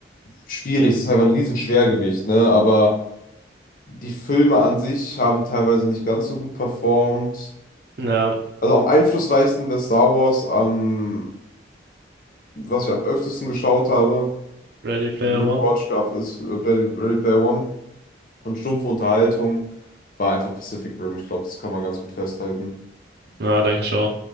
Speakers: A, on the left; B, on the right.
A: schwierig. Das ist einfach ein Riesenschwergewicht, ne? Aber die Filme an sich haben teilweise nicht ganz so gut performt.
B: Ja.
A: Also am einflussreichsten wäre Star Wars, am, was ich am öftesten geschaut habe.
B: Ready Player
A: Also Rewatch
B: One?
A: gab es äh, Ready Ready Player One und stumpfe Unterhaltung war einfach Pacific Rim. Ich glaube, das kann man ganz gut festhalten.
B: Na, denke ich schon.